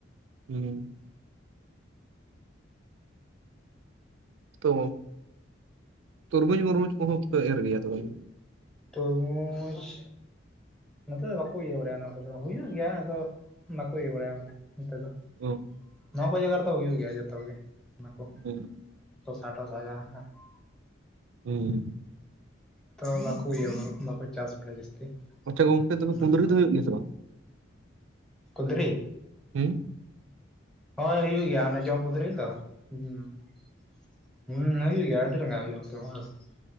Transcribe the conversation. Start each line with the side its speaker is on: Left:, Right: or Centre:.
Right: ᱦᱩᱸ ᱾ ᱛᱚ ᱛᱚᱨᱢᱩᱡᱽ ᱢᱚᱨᱢᱩᱡᱽ ᱠᱚᱦᱚ ᱯᱮ ᱮᱨ ᱜᱮᱭᱟ ᱛᱚ <inaudible>
Centre: ᱛᱚᱨᱢᱩᱡᱽ! ᱱᱚᱛᱮ ᱫᱚ ᱵᱟᱠᱚ ᱤᱭᱟᱹ ᱵᱟᱲᱟᱭᱟ ᱚᱱᱟ ᱠᱚᱫᱚ, ᱦᱩᱭᱩᱜ ᱜᱮᱭᱟ ᱟᱫᱚ ᱵᱟᱠᱚ ᱤᱭᱟᱹ ᱵᱟᱲᱟᱭ ᱚᱱᱮ ᱱᱚᱛᱮ ᱫᱚ ᱾
Right: <inaudible>
Centre: ᱱᱚᱣᱟ ᱠᱚ ᱡᱟᱭᱜᱟ ᱨᱮᱫᱚ ᱦᱩᱭᱩᱜ ᱜᱮᱭᱟ ᱡᱷᱚᱛᱚ ᱜᱮ ᱚᱱᱟ ᱠᱚ
Right: ᱦᱩᱸ
Centre: ᱥᱚᱥᱟ ᱴᱚᱥᱟ ᱡᱟ ᱦᱮᱱᱟᱜᱼᱟ ᱾
Right: ᱦᱩᱸ ᱾
Centre: ᱛᱚ ᱵᱟᱠᱚ ᱤᱭᱟᱹ ᱵᱟᱠᱚ ᱪᱟᱥ ᱵᱟᱲᱟᱭᱟ ᱡᱟᱹᱥᱛᱤ
Right: ᱟᱪᱪᱷᱟ ᱜᱚᱝᱠᱮ ᱛᱚᱵᱮ
Centre: ᱚᱱᱟ
Right: ᱠᱩᱸᱫᱽᱨᱤ
Centre: ᱠᱚᱫᱚ
Right: ᱫᱚ
Centre: ᱾
Right: ᱦᱩᱭᱩᱜ ᱜᱮᱭᱟ ᱥᱮ ᱵᱟᱝ?
Centre: ᱠᱩᱱᱫᱨᱤ!
Right: ᱦᱩᱸ!
Centre: ᱦᱚᱭ ᱦᱩᱭᱩᱜ ᱜᱮᱭᱟ, ᱚᱱᱮ ᱡᱚᱢ ᱠᱩᱱᱫᱨᱤ ᱨᱮ ᱫᱚ ᱦᱩᱸ ᱾ ᱦᱩᱸ ᱦᱩᱭᱩᱜ ᱜᱮᱭᱟ ᱟᱹᱰᱤ ᱨᱟᱸᱜᱟ ᱦᱩᱭᱩᱜᱼᱟ ᱱᱚᱛᱮ ᱢᱟ ᱟᱨᱦᱚᱸ ᱾